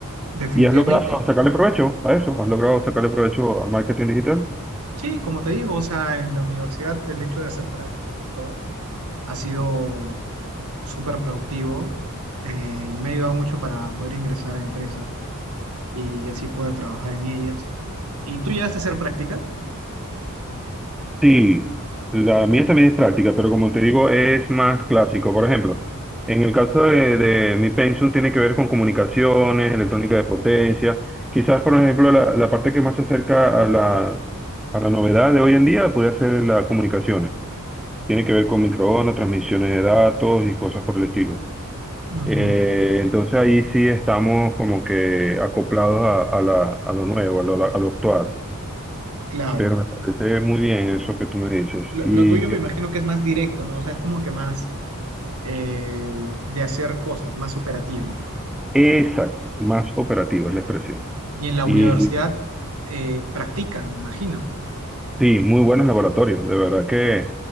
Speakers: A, on the right; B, in the centre.
A: Definitivamente.
B: ¿Y has logrado sacarle provecho a eso? ¿Has logrado sacarle provecho al marketing digital?
A: Sí, como te digo, o sea, en la universidad el hecho de hacer prácticas y todo ha sido súper productivo. Eh, me ha ayudado mucho para poder ingresar a empresas y así poder trabajar en ellas. ¿Y tú llegaste a hacer prácticas?
B: Sí, la mía también es práctica, pero como te digo, es más clásico. Por ejemplo, en el caso de, de mi pensum tiene que ver con comunicaciones, electrónica de potencia. Quizás, por ejemplo, la, la parte que más se acerca a la, a la novedad de hoy en día podría ser las comunicaciones. Tiene que ver con microondas, transmisiones de datos y cosas por el estilo.
A: Ujú,
B: Eh, entonces ahí sí estamos como que acoplados a, a la, a lo nuevo, a lo, a lo actual.
A: claro.
B: Pero me parece muy bien eso que tú me dices.
A: Lo,
B: Y
A: lo tuyo
B: yo-
A: me imagino que es más directo, ¿no? O sea, es como que más eh, de hacer cosas, más operativo.
B: exacto, más operativo es la expresión.
A: Y en la
B: Y
A: universidad eh, practican, me imagino.
B: sí, muy buenos laboratorios, de verdad que